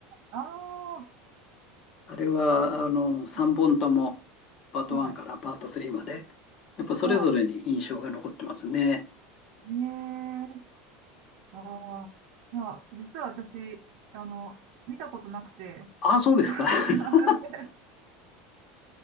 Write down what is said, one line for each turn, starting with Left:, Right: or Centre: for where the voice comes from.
Right: ああ、
Left: あれは、あの、3本とも、
Right: うん
Left: パート1からパート3まで、
Right: はい、
Left: やっぱそれぞれに印象が残ってますね。
Right: はい。ねえ、ああ、まあ、実は私、あの、見たことなくて、
Left: ああ、そうですか。
Right: <laughs>
Left: <laughs>